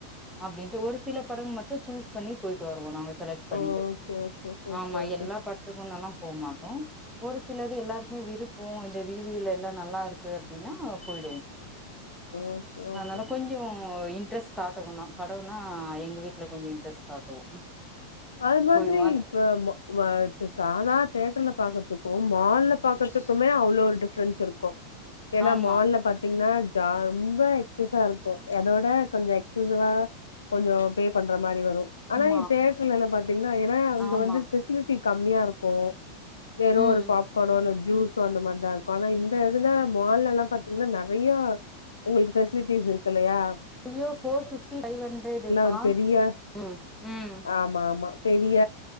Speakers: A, in the centre; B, on the left.
A: அப்டின்ட்டு ஒரு சில படங் மட்டு சூஸ் பண்ணி போய்ட்டு வருவோ நாங்க செலக் பண்ட்டு
B: ஓகே ஓகே ஓகே
A: ஆமா
B: ஓகே
A: எல்லா பட்த்துக்குனாலாம் போக மாட்டோ ஒரு சிலது எல்லாருக்மே விருப்போ இந்த ரீவியூல எல்லா நல்லா இருக்கு அப்டின்னா போய்டுவோ
B: ஓகே ஓகே
A: அதனால கொஞ்சோ ஒ இன்ட்ரெஸ்ட் காட்டுவோதா படோன்னா எங்க வீட்ல கொஞ்சோ இன்ட்ரெஸ்ட் காட்டுவோ
B: அது மாதிரி
A: போயிடுவோ அது
B: இப்ப மா ம த சாதா தேட்டர்ல பாக்கர்துக்கு மால்ல பாக்கர்துக்குமே அவ்ளோ ஒரு டிஃப்ரன்ஸ் இருக்கு ஏனா
A: ஆமா
B: மால்ல பாத்தீங்னா அ ரொம்ப எக்சஸா இருக்கு அதோட கொஞ்சோ எக்சசிவா கொஞ்சொ பே பண்ற மாரி வரு
A: ஆமா
B: ஆனா தேட்ருலெல்லா பாத்தீங்னா ஏனா அங்க
A: ஆமா
B: வந்து ஃபெசிலிட்டி கம்மியா இருக்கு வெறு
A: ம்
B: ஒரு பாப்கானோ இல்ல ஜூஸ் அந்த மார்தா இருக்கு ஆனா இங்க இதுல மால் எல்லா பாத்தீங்ன்னா நெறைய ஒ எக்சஸ் ஃபெஸ்லிட்டிஸ் இருக்கில்லையா
A: ஐய்யோ ஃபோர் ஃபிஃப்ட்டி ஃபைவ் ஹண்ட்ரடுபா
B: ஒரு பெரிய
A: ம் ம்
B: ஆமா ஆமா பெரிய